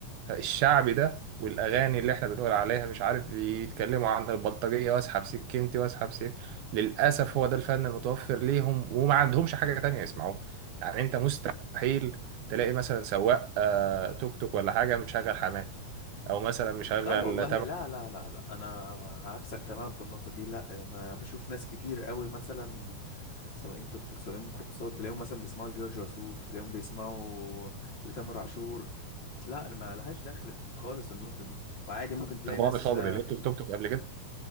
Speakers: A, on the right (about 75°); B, on the left (about 40°).
A: الشعبي ده والاغاني اللي احنا بنقول عليها مش عارف بيتكلموا عن البلطجيه واسحب سكينتي واسحب سك للاسف هو ده الفن المتوفر ليهم وما عندهمش حاجه تانية يسمعوها يعني انت مستحيل تلاقي مثلا سواق آه، توك توك ولا حاجه مشغل حماقي او مثلا مشغل
B: لا والله
A: تامر
B: لا لا لا لا انا عكسك تماما في النقطه دي لا انا بشوف ناس كتير قوي مثلا سواقين توك توك سواقين ميكروباصات تلاقيهم مثلا بيسمعوا لجورج وسوف تلاقيهم بيسمعوا لتامر عاشور لا ما لهاش دخل في خالص النقطه دي وعادي ممكن تلاقي
A: طب
B: ناس
A: رامي صبري لقيته في توك توك قبل